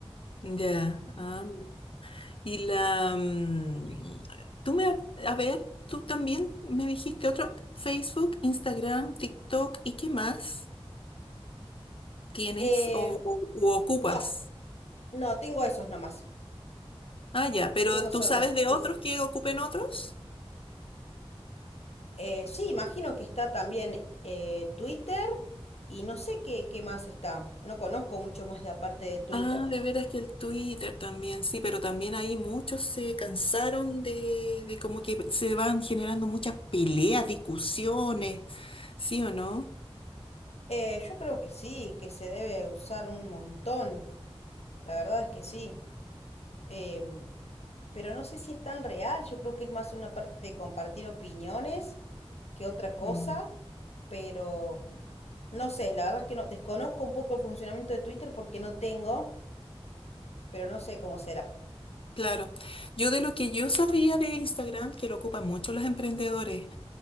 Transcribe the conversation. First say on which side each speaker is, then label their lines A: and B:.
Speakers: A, on the left; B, on the left.
A: Ya. ah, y la... mm, tú me... ha- A ver, tú también me dijiste otro, Facebook, Instagram, TikTok, ¿y qué más tienes
B: Eh,
A: o, o- u ocupas?
B: no, no, tengo esos nomás.
A: Ah, ya, pero
B: Tengo
A: ¿tú
B: solo
A: sabes
B: esos,
A: de
B: sí,
A: otros
B: sí.
A: que ocupen otros?
B: Eh, sí, imagino que está también eh, Twitter y no sé qué, qué más está. No conozco mucho más de aparte de Twitter.
A: Ah, de veras que el Twitter también, sí, pero también ahí muchos se cansaron de, de como que se van generando muchas peleas, discusiones, ¿sí o no?
B: Eh, yo creo que sí, que se debe usar un montón. La verdad es que sí. Em, pero no sé si es tan real. Yo creo que es más una parte de compartir opiniones que otra cosa.
A: Mm,
B: Pero no sé, la verdad es que no desconozco un poco el funcionamiento de Twitter porque no tengo, pero no sé cómo será.
A: claro. Yo de lo que yo sabía de Instagram, que lo ocupan mucho los emprendedores,